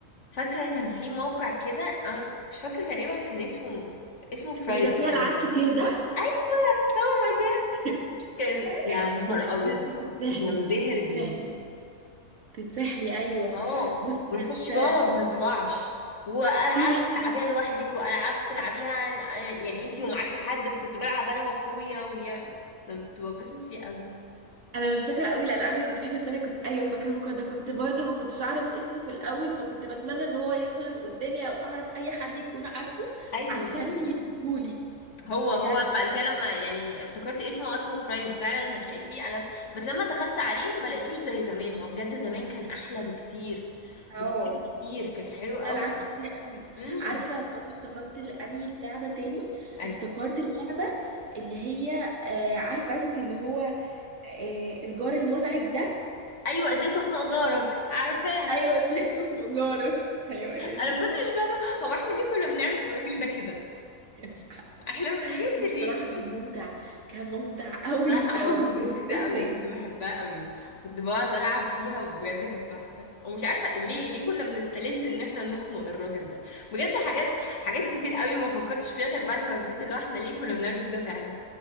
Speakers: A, on the left (about 60°); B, on the right (about 60°).
A: فاكرة كان في موقع كده أنا مش فاكرة تقريبا كان اسمه اسمه فرايب
B: اللي كان فيها
A: تقريبا
B: العاب كتير ده
A: أيوة هو ده
B: <laughs>
A: كان يا نهار
B: كنت تخشي
A: أبيض
B: تتسحلي
A: كنت بنبهر
B: فيه تتسحلي
A: بيه
B: تتسحلي ايوه
A: أهو
B: بصي
A: ونخش
B: كانت
A: جوه ما بنطلعش وألعاب
B: في لعبه
A: تلعبيها لوحدك وألعاب تلعبيها آه، يعني انتي ومعاكي حد فكنت بلعب أنا وأخويا ويا أنا كنت ببسط فيه أوي
B: انا مش فاكره قوي الالعاب اللي كانت فيه بس انا كنت ايوه فاكره الموقع ده كنت برضو ما كنتش اعرف اسمه في الاول فكنت بتمنى ان هو يظهر قدامي او اعرف اي حد يكون عارفه
A: أيوة
B: عشان يجيبهولي
A: هو
B: بجد
A: هو انا بعد كده لما يعني افتكرت اسمه هو اسمه فرايف فعلا هتلاقي فيه قلم بس لما دخلت عليه ما لقيتوش زي زمان هو بجد زمان كان احلى بكتير
B: اه
A: بكتير بكتير كان حلو قوي
B: في العاب كتير قوي
A: امم
B: عارفه برضه افتكرت ال- انهي لعبه تاني
A: يعني
B: افتكرت اللعبه اللي هي آه عارفه انت اللي هو آه الجار المزعج ده
A: ايوه ازاي تخنق جارك عارفاها
B: ايوه <laughs> ازاي اسمه جارك ايوه هي دي
A: انا بجد مش فاهمه هو احنا ليه كنا بنعمل في الراجل ده كده
B: مش عارفة.
A: احنا بجد
B: الصراحه
A: ليه
B: كان ممتع كان ممتع قوي
A: بصراحة
B: قوي
A: اه كنت
B: بجد
A: لذيذة
B: ازاي
A: قوي
B: تضايقيه
A: كنت بحبها قوي كنت بقعد ألعب فيها وبجد كانت تحفة ومش عارفة ليه ليه كنا بنستلذ إن احنا نخنق الراجل ده بجد حاجات حاجات كتير قوي ما فكرتش فيها غير بعد ما كبرت اللي هو احنا ليه كنا بنعمل كده فعلا